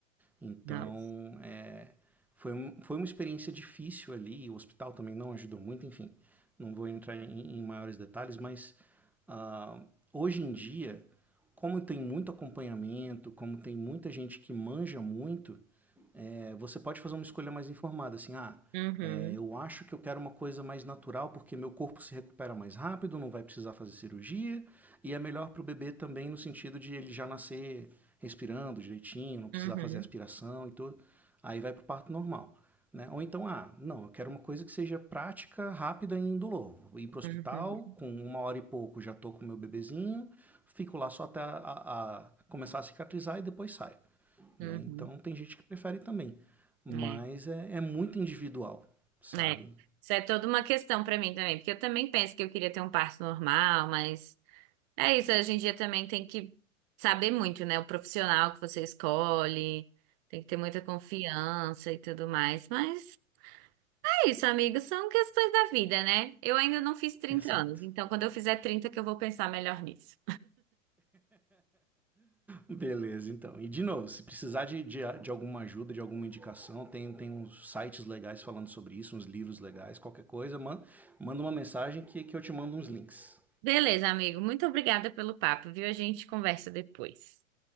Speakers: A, in the centre; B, on the right.
A: Então,
B: nossa.
A: é, foi, um, foi uma experiência difícil ali, o hospital também não ajudou muito, enfim, não vou entrar em, em maiores detalhes, mas ah, hoje em dia, como tem muito acompanhamento, como tem muita gente que manja muito, é, você pode fazer uma escolha mais informada, assim, ah,
B: Uhum,
A: é, eu acho que eu quero uma coisa mais natural porque meu corpo se recupera mais rápido, não vai precisar fazer cirurgia e é melhor para o bebê também no sentido de ele já nascer respirando direitinho, não precisar
B: uhum,
A: fazer aspiração e tudo. Aí vai para o parto normal. Né? Ou então, ah, não, eu quero uma coisa que seja prática, rápida e indolor. Vou ir para o hospital,
B: uhum,
A: com uma hora e pouco já estou com o meu bebezinho, fico lá só até a, a começar a cicatrizar e depois saio.
B: uhum.
A: Né? Então tem gente que prefere também. Mas
B: É,
A: é, é muito individual, sabe?
B: é. Isso é toda uma questão pra mim também, porque eu também penso que eu queria ter um parto normal, mas é isso, hoje em dia também tem que saber muito, né? O profissional que você escolhe. Tem que ter muita confiança e tudo mais, mas É isso, amigo, são questões da vida, né? Eu ainda não fiz trinta
A: Exato.
B: anos, então quando eu fizer 30, que eu vou pensar melhor nisso.
A: Beleza, então. E de novo, se precisar de, de, de alguma ajuda, de alguma indicação, tem, tem uns sites legais falando sobre isso, uns livros legais, qualquer coisa, man, manda uma mensagem que, que eu te mando uns links.
B: Beleza, amigo, muito obrigada pelo papo, viu? A gente conversa depois.